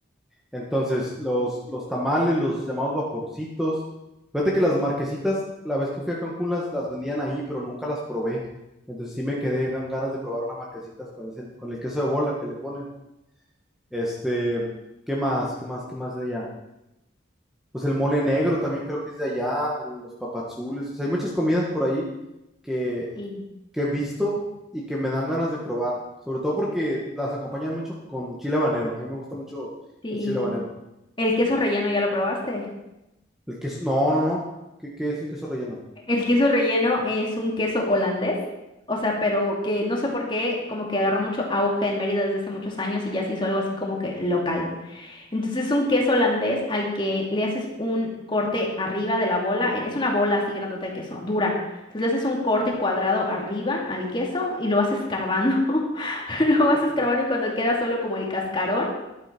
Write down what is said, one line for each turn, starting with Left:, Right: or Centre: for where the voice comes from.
Centre: Entonces, los, los tamales, los llamados vaporcitos. Fíjate que las marquesitas, la vez que fui a Cancún, las, las vendían ahí, pero nunca las probé. Entonces sí me quedé gan- ganas de probar unas marquesitas con ese, con el queso de bola que le ponen. Este, ¿qué más? ¿Qué más? ¿Qué más de allá? Pues el mole negro también creo que es de allá, los papazules. O sea, hay muchas comidas por ahí que,
Left: Sí.
Centre: que he visto y que me dan ganas de probar. Sobre todo porque las acompañan mucho con chile habanero. A mí me gusta mucho
Left: Sí.
Centre: el chile habanero.
Left: ¿El queso relleno ya lo probaste?
Centre: El queso, no, no, no. ¿Qué, qué es el queso relleno?
Left: El queso relleno es un queso holandés, o sea, pero que no sé por qué, como que agarró mucho auge en Mérida desde hace muchos años y ya se hizo algo así como que local. Entonces es un queso holandés al que le haces un corte arriba de la bola, eh, es una bola así grandota de queso, dura. Entonces le haces un corte cuadrado arriba al queso y lo vas escarbando, <laughs> lo vas escarbando
Centre: Mm.
Left: y cuando queda solo como el cascarón,